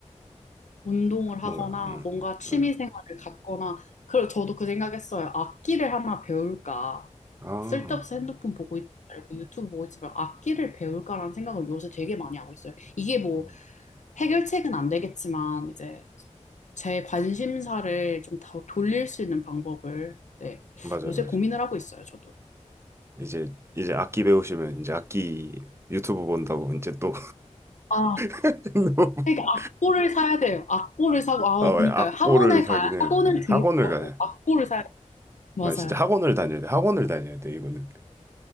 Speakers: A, on the left; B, on the right.
A: 운동을
B: 뭔가,
A: 하거나
B: 응,
A: 뭔가 취미
B: 응.
A: 생활을 갖거나 그리고 저도 그 생각했어요. 악기를 하나 배울까?
B: 아,
A: 쓸데없이 핸드폰 보고 있지 말고 유튜브 보고 있지 말고 악기를 배울까라는 생각을 요새 되게 많이 하고 있어요. 이게 뭐
B: 음.
A: 해결책은 안 되겠지만 이제 제 관심사를 좀 더 돌릴 수 있는 방법을 네,
B: 맞아요,
A: 요새
B: 맞아요.
A: 고민을 하고 있어요, 저도.
B: 이제, 이제 악기 배우시면, 이제 악기 유튜브 본다고, 이제 또,
A: 아,
B: <laughs>
A: 그러니까 악보를 사야 돼요. 악보를 사고, 아,
B: 아, 왜
A: 그니까요.
B: 악보를
A: 학원에
B: 사기는
A: 가야, 학원을
B: 예, 학원을
A: 등록하고
B: 가야.
A: 악보를 사야 돼요. 맞아요.
B: 맞아, 진짜 학원을 다녀야 돼. 학원을 다녀야 돼, 이거는.